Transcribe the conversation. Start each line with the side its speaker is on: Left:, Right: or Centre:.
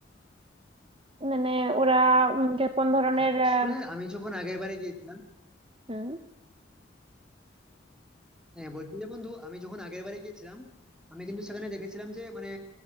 Right: মানে ওরা উম, যে কোন ধরনের
Centre: আসলে
Right: আহ,
Centre: আমি যখন আগের বারে গিয়েছিলাম
Right: হুম,
Centre: হ্যাঁ বলছি যে বন্ধু আমি যখন আগের বারে গিয়েছিলাম আমি কিন্তু সেখানে দেখেছিলাম যে মানে